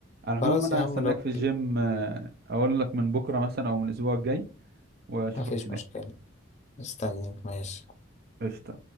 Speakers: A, on the right (about 50°); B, on the left (about 35°).
A: على العموم
B: خلاص
A: انا
B: يا عم
A: هستناك
B: لو
A: في الجيم آه، اقول لك من بكرة مثلا او من الاسبوع الجاي واشوفك
B: ما فيش
A: هناك
B: مشكلة استنيك ماشي
A: قشطة